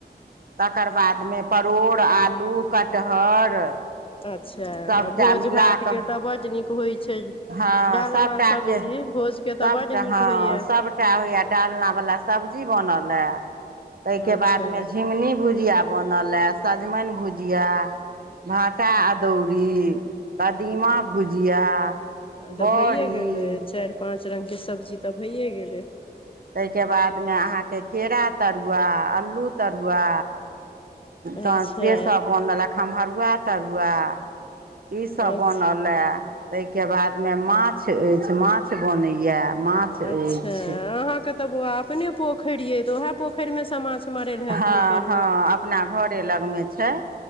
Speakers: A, on the right; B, on the left.
A: तकर बादमे परोड़ आलू कटहर
B: अच्छा
A: सभटा
B: भोज
A: मिला
B: भात
A: कऽ
B: के तऽ बड्ड नीक होइत छै
A: हँ
B: डालना
A: सभटाके
B: सब्जी भोज के
A: सभटा
B: तऽ बड्ड नीक
A: हँ
B: होइय
A: सभटा होइया डालना वला सब्जी बनल यै ताहिके
B: अच्छा
A: बादमे झिंगुनी भुजिया बनल हए सजमनि भुजिया भाटा अदौरी कदीमा भुजिया
B: ह
A: बड़ी
B: तऽ भैए गेलै चारि पाँच रंग के सब्जी तऽ भैए गेलै
A: तहिके बादमे अहाँके केरा तरुआ अल्लू तरुआ तहन
B: अच्छा
A: से सब बनलक खम्हरुआ तरुआ ई सब
B: अच्छा
A: बनल तहिके बाद मे माछ अछि माछ बनैये माछ अछि
B: अच्छा अहाँके तऽ बौआ अपने पोखरि यै तऽ उएह पोखरि मे सँ माछ मरल हेतनि
A: हँ
B: फेर
A: हँ
B: ओ
A: अपना घरे लगमे छै